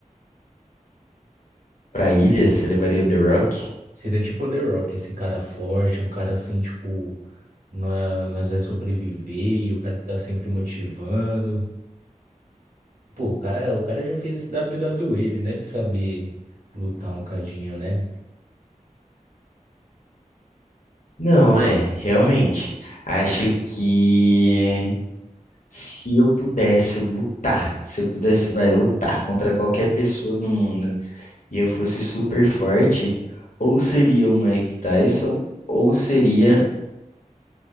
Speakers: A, on the left; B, on the right.
A: Para ilha, você levaria o The Rock?
B: Seria tipo The Rock, esse cara forte, um cara assim, tipo, nó- nós vai sobreviver, e o cara que tá sempre motivando. Pô, o cara, o cara já fez esse WWE, ele deve saber lutar um cadinho, né?
A: Não, é, realmente. Acho que se eu pudesse lutar, se eu pudesse, vai, lutar contra qualquer pessoa do mundo, e eu fosse super forte, ou seria o Mike Tyson, ou seria